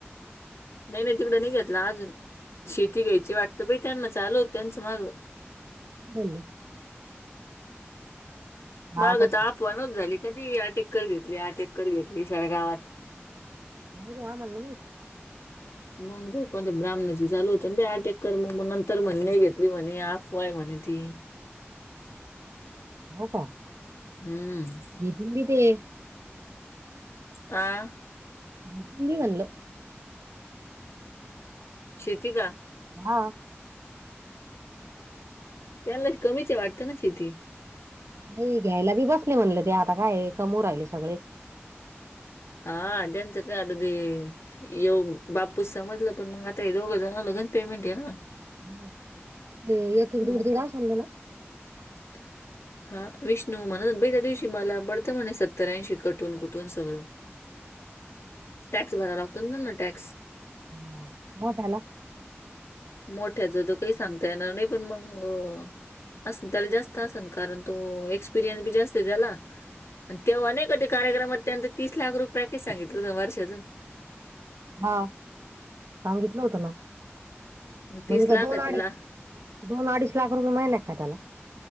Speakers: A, on the left; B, on the right.
A: नाही नाही तिकडं नाही घेतला अजून शेती घ्यायची वाटतं प त्यांना चाल हो त्यांचं मग
B: बले गावातच
A: माग तर
B: का
A: अफवनच झाली कनी अटेक्कर घेतली अटेक्कर घेतली सर गावात
B: नाहीे आ मण मीती
A: मग ज कोणत्या ब्राह्मणाची चाल होत ना अटेक कर मग मग नंतर म्हणे नाही घेतली म्हणे आफवाय म्हणे ती
B: हो का?
A: हम्म.
B: जती मी ते
A: आ.
B: भीतीनी म्हणलो.
A: शेती का?
B: हा.
A: त्यांना कमीचे वाटतं ना शेती
B: नाही घ्यायला बी बसले म्हणले ते आता काय कमू राहिले सगळे.
A: हा अजेनस का अदीी येऊ बापूस समजलं पण मग आता हे दोघंजण लगन पेमेंट आहे ना.
B: हा ते एक एक
A: मग
B: दवड दिड सज ना.
A: <unintelligible> हा विष्णू म्हणत भाई त्या दिवशी मला पडतं म्हणे सत्तऱऐंशी कटून कुठून सगळं. टॅक्स भरा लागतो ना ना टॅक्स
B: हम मोटला.
A: मोठ्याच त काही सांगता येणार नाही पण मग अस त्याला जास्त असल कारण तो एक्सपिरियन्स बी जास्त आहे त्याला आणि तेव्हा अक ते कार्यक्रमात त्यांचं तीस लाख रुपये पॅकेज सांगितलं वर्षाचं
B: हा सांगितलं होतं ना.
A: मग
B: म्हणजे
A: तीस लाखाचं
B: का दोन अडीच
A: ला
B: दोन अडीच लाख रुपये मिळनात का त्याला